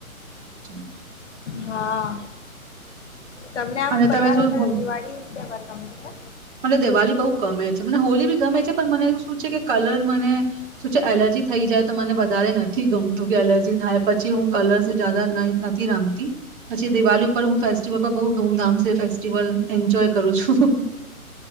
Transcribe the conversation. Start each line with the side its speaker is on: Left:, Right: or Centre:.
Right: હમ.
Left: હા. તમને આમ
Right: અને તમે
Left: વધારે
Right: શું
Left: કયો
Right: હો
Left: દિવાળી તહેવાર ગમે છે ને?
Right: મને દિવાળી બઉુ ગમે છે. મને હોલીબી ગમે છે પણ મને એવું શું છે. કે કલર મને શું છે. એલર્જી થઈ જાય તો મને વધારે નથી ગમ તું એલર્જી થાય પછી હું કલર સે જાદા નથી રમતી પછી દિવાળી ઉપર હું ફેસ્ટિવલ પર બહ ધૂમધામ ફેસ્ટિવલ એન્જોય કરું છું.